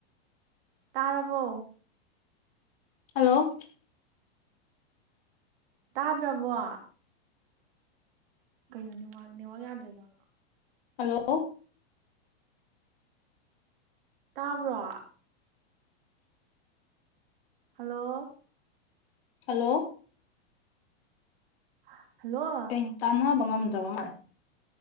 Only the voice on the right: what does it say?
ꯇꯥꯔꯕꯣ
ꯇꯥꯗ꯭ꯔꯕꯣ ꯀꯩꯅꯣ ꯅꯦꯋꯥ ꯅꯦꯋꯥꯛ ꯌꯥꯗ꯭ꯔꯖꯥꯠꯂꯣ
ꯇꯥꯕ꯭ꯔꯣ ꯍꯜꯂꯣ
ꯍ ꯍꯜꯂꯣ